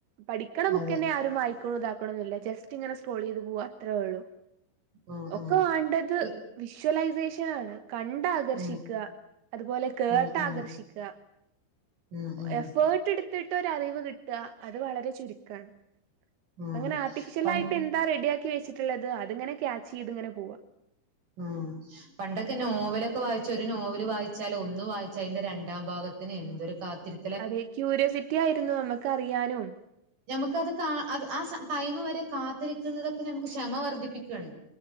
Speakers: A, on the right; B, on the right.
A: പഠിക്കണ ബുക്കന്നെ
B: അതെ.
A: ആരും വായിക്നോ താ ക്കാണോ ഇല്ല ജസ്റ്റ് ഇങ്ങനെ സ്ട്രോൾ ചെയ്ത് പോവാ അത്രേ ഉള്ളു
B: ആഹ്
A: ഒക്കെ
B: ആഹ്
A: വേണ്ടത്
B: പ്പ്
A: വിഷ്വലൈസേഷൻ ആണ് കണ്ട് ആകർഷിക്ക
B: ഉം
A: അതുപോലെ കേട്ട്
B: ഉം ഉം
A: ആകർഷിക്ക
B: ഉം ഉം
A: എഫേർട്ട് എടുത്തിട്ട് ഒരറിവ് കിട്ട അത് വളരെ ചുരുക്കാണ്
B: ഉം
A: അങ്ങനെ ആർട്ടിഫിഷ്യൽ
B: പൺ
A: ആയിട്ട് എന്താ റെഡിയാക്കി വെച്ചിട്ടുള്ളത് അത്ങ്ങനെ ക്യാച്ച് ചെയ്ത് ഇങ്ങനെ പോവാ
B: ഉം പണ്ടൊക്കെ നോവലൊക്കെ വായിച്ച ഒരു നോവല് വായിച്ചാല ഒന്ന് വായി ച രണ്ടാം ഭാഗത്തിന് എന്തൊരു കാത്തിരി
A: അതെ ക്യൂരിയോസിറ്റി ആയിരുന്നു നമ്മുക്ക് അറിയാനും
B: ഞമ്മുക്കത് കാ അത് ആ ടൈമ് വരെ കാത്തിരിക്കുന്നതൊക്കെ ഞമ്മുക്ക് ക്ഷമ വർദ്ധിപ്പിക്കുവാണെ